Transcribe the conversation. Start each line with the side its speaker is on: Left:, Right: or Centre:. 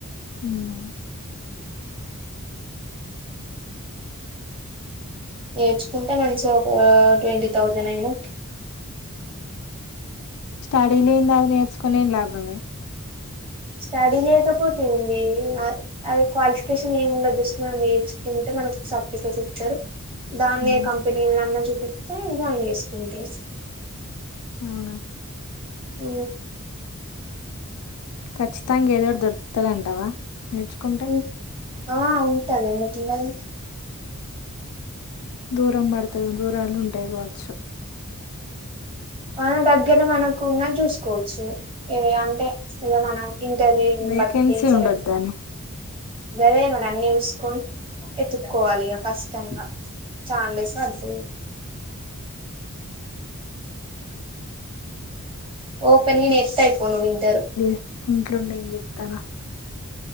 Left: ఉమ్
Right: నేర్చుకుంటే మంచిగా ఒక ట్వంటీ థౌజండ్ అయిన
Left: స్టడీ లేంద అది నేర్చుకునేం లాభమే
Right: స్టడీ లేకపోతుంది అది క్వాలిఫికేషన్ ఏమి ఉండదుస్తు మం ఏడ్జు కింటే మన సప్పికేసి ఇచ్చారు దాన్ని
Left: ఉమ్
Right: కంపెనీలన్నా చూపిస్తే దాన్ని చేసుకుంట్రారు
Left: అవునా
Right: ఉ
Left: ఖచ్చితంగా ఏదోటి దొరుకుతుందంటావా నేర్చుకుంటే
Right: ఉం- ఆ ఉంటగా ఎ తింద ఉ
Left: దూరం పడతది దూరాలు ఉంటాయి కావచ్చు
Right: మన దగ్గర మనకు ఉన్నది చూసుకోవచ్చు ఏ అంటే ఇలా మనం ఇంటర్వ్యూను
Left: వేకెన్సీ
Right: బట్టి సెలెక్ట్
Left: ఉండదు దాని
Right: గదే మరీ అన్ని చూసుకొని ఎత్తుకోవాలిక కష్టంగా చానా డేస్ పడతాది ఓపెన్ నేను ఎత్తా ఇప్పుడు నువ్వు విను
Left: ఇంట్లోండే నేను చెప్తానా